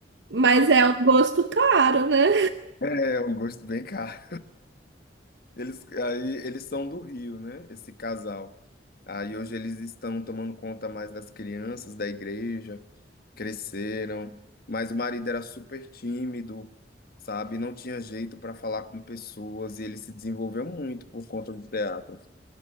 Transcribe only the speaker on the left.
É um gosto bem caro. Eles, aí, eles são do Rio, né? Esse casal. Aí hoje eles estão tomando conta mais das crianças da igreja, cresceram, mas o marido era super tímido, sabe? Não tinha jeito para falar com pessoas e ele se desenvolveu muito por conta do teatro.